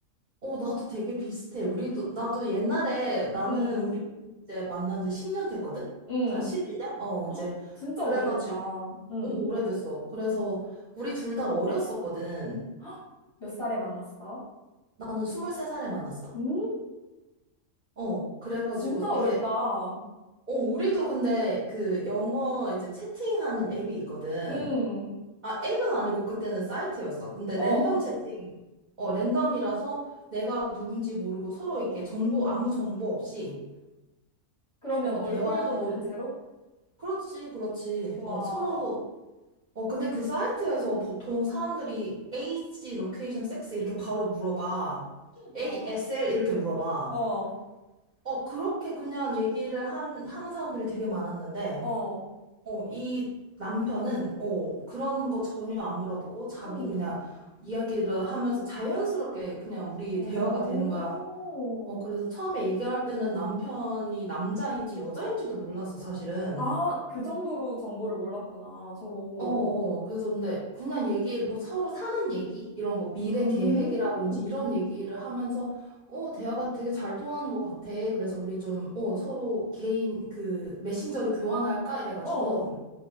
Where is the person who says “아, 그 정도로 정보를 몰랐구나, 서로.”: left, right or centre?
Left